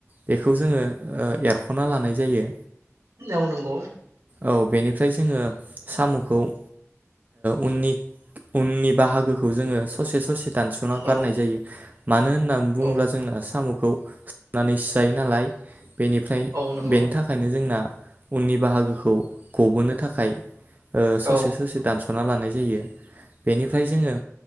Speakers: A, on the right; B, on the right.
A: बेखौ जोङो ओ एरख'ना लानाय जायो।
B: औ नोंगौ
A: औ बेनिफ्राय जोङो सामुखौ ओ उननि उननि बाहागोखौ जोङो ससे ससे दानसना गारनाय
B: औ
A: जायो मानो होननानै बुङोब्ला
B: औ
A: जोंना सामु खौ सोबनानैसो जायो नालाय बेनिफ्राय
B: औ नंगौ
A: बेनि थाख नो जोंना उननि बाहागोखौ गबोनो थाखाय ओ ससे
B: औ
A: ससे दान्स सना लानाय जायो। बेनिफ्राय जोङो